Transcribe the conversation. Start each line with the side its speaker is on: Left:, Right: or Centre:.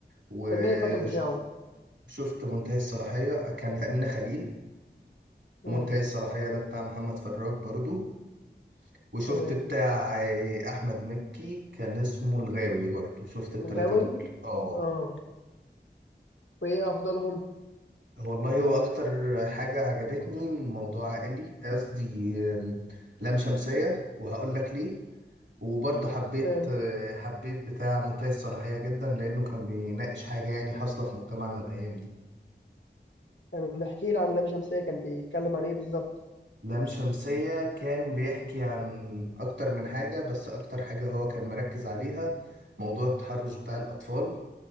Right: وشفت
Left: كان مين البطل بتاعه
Right: منتهي الصلاحية كانت أمينة خليل ومنتهي
Left: اه
Right: الصلاحية ده بتاع محمد فراج برضو وشفت
Left: تمام
Right: بتاع آه، أحمد مكي كان اسمه الغاوي برضو شفت التلاتة
Left: الغاوي
Right: دول اه
Left: اه وايه افضلهم
Right: والله هو اكتر حاجة عجبتني موضوع عائلي قصدي آم، لام شمسية وهقول لك ليه وبرضه حبيت
Left: تمام
Right: آه، حبيت بتاع منتهي الصلاحية جدا لانه كان بيناقش حاجة يعني حاصلة في مجتمعنا الايام دي
Left: تمام احكي لي عن لام شمسية كان بيتكلم عن ايه بالظبط
Right: لام شمسية كان بيحكي عن اكتر من حاجة بس اكتر حاجة هو كان مركز عليها موضوع التحرش بتاع الاطفال